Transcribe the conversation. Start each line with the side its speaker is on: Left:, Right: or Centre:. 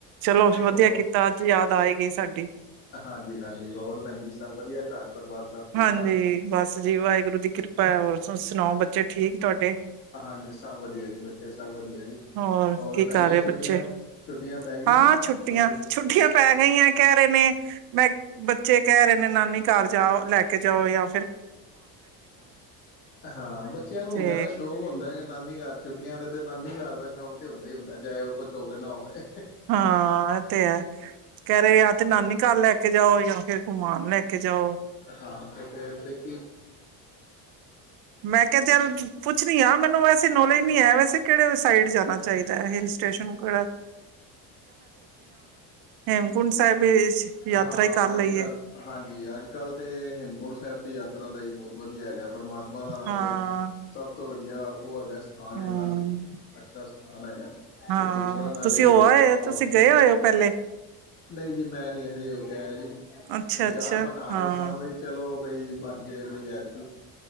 Right: ਚਲੋ ਵਧੀਆ
Left: ਹੋਰ
Right: ਕੀਤਾ ਅੱਜ ਯਾਦ ਆਏਗੀਈ ਸਾਡੀ <unintelligible>
Left: ਹਾਂਜੀ ਹਾਂਜੀ ਹੋਰ ਭੈਣਜੀ ਸਭ ਵਧੀਆ ਘਰ ਪਰਿਵਾਰ ਸਭ ਠੀਕ
Right: ਹਾਂਜੀ
Left: ਠਾਕ
Right: ਬਸ ਜੀ ਵਾਹਿਗੁਰੂ ਦੀ ਕਿਰਪਾ ਹੈ ਹੋਰ ਤੁ ਸੁਣਾਓ ਬੱਚ ਅੱਛਾ ਠੀਕ ਤੁਹਾਡੇ
Left: ਹਾਂਜੀ ਸਭ ਵਧੀਆ ਜੀ ਬੱਚੇ ਸਭ ਵਧੀਆ ਜੀ
Right: ਹੋਰ ਕੀ ਕਰ
Left: ਪੈ ਗਈਆਂ
Right: ਰਹੇ
Left: ਛੁੱਟੀਆਂ
Right: ਬੱਚੇ
Left: ਛੁੱਟੀਆਂ ਪੈ ਗਈਆਂ
Right: ਹਾਂ ਛੁੱਟੀਆਂ
Left: ਤੁਹਾਡੇ
Right: ਛੁੱਟੀਆਂ ਪੈ ਗਈਆਂ ਕਹਿ ਰਹੇ ਨੇ ਮੈਂ ਬੱਚੇ ਕਹਿ ਰਹੇ ਨੇ ਨਾਨੀ ਘਰ ਜਾ ਲੈ ਕੇ ਕੇ ਜਾਓ ਜਾਂ ਆਪ
Left: ਹਾਂ ਬੱਚਿਆਂ ਨੂੰ ਹੁੰਦਾ
Right: ਤੇ
Left: ਨਾ ਸ਼ੌਕ ਹੁੰਦਾ ਨਾਨੀ ਘਰ ਛੁੱਟੀਆਂ ਦੇ ਤੇ ਨਾਨੀ ਘਰ ਦਾ ਚੌਂਕ ਤੇ ਹੁੰਦਾ ਹੀ ਹੁੰਦਾ ਚਾਹੇ ਉਹ ਕੁਛ ਹੋਵੇ ਨਾ ਹੋਵੇ
Right: ਹਾਂ ਇਹ ਤੇ ਹੈ ਕਹਿ ਰਹੇ ਯ ਤੇ ਨਾਨੀ ਘਰ ਲੈ ਕੇ ਜਾਓ ਫਿਰ ਘੁਮਾਨ ਲੈ ਕੇ ਜਾਓ
Left: ਹਾਂ ਤੇ ਫ ਪਕੀ
Right: ਮੈਂ ਕਿਹਾ ਚੱਲ ਪੁੱਛਣੀ ਆ ਮੈਨੂੰ ਵੈਸੇ ਨੌਲੇਜ ਨੀ ਹੈ ਵੈਸੇ ਕਿਹੜੇ ਸਾਈਡ ਜਾਣਾ ਚਾਹੀਦਾ ਹੈ ਹਿਲ ਸਟੇਸ਼ਨ ਕੋ ਹੇਮਕੁੰਟ ਸਾਹਿਬ ਵਿੱਚ ਯਾਤਰਾ
Left: ਹਾਂ
Right: ਹੀ ਕਰ ਲਈਏ
Left: ਅੱਜ ਕੱਲ ਹਾਂਜੀ ਅੱਜ ਕੱਲ੍ਹ ਤੇ ਹੇਮਕੁੰਟ ਸਾਹਿਬ ਦੀ ਯਾਤ ਇਸ ਤਰ੍ਹਾਂ ਦਾ ਹੀ ਬਹੁਤ ਵਧੀਆ ਹੈਗਾ ਪਰਮਾਤਮਾ ਦਾ ਨਾਲੇ
Right: ਹਾਂ
Left: ਸਭ ਤੋਂ ਵਧਆ ਜਾਂ ਉਹ ਅ ਗਿਆ ਸਥਾਨ
Right: ਹਮ
Left: ਇੰਨਾ ਅੱਛਾ ਅਨਾ
Right: ਹਾਂ
Left: ਤੇ ਦੂਸਰਾ ਟ
Right: ਤੁਸੀਂ ਹੋ ਆਏ ਤੁਸੀਂ ਗਏ ਹੋਏ ਹੋ ਪਹਿਲੇ
Left: ਨਹੀਂ ਜੀ ਮੈਂ ਨੀ ਹਜੇ ਉਹ ਕਿਹਾ ਜੀ
Right: ਅੱਛਾ
Left: ਵਿਚਾਰ
Right: ਅੱਛਾ
Left: ਬਣਾ
Right: ਹਾਂ
Left: ਰਹੇ ਸਾਂ ਬਾਈ ਚਲੋ ਬਈ ਬਣ ਗਏ ਬਈ ਯਾਰ ਕੀ